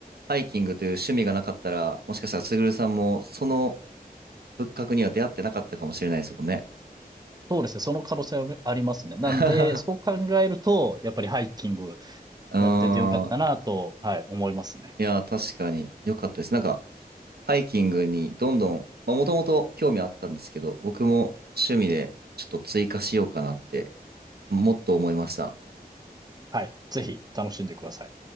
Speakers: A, on the right; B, on the right.
A: ハイキングという趣味がなかったら、もしかしたら、すぐるさんも、その仏閣には出会ってなかったかもしれないですもんね。
B: そうですね。その可能性はありますね。なんで、
A: <laughs>
B: そう考えると、やっぱりハイキング
A: うーん。
B: やっててよかったなと、はい、思いますね。
A: いや、確かに、よかったです。なんか、ハイキングにどんどん、まあ、もともと興味あったんですけど、僕も趣味で、ちょっと追加しようかなって、もっと思いました。
B: はい。ぜひ楽しんでください。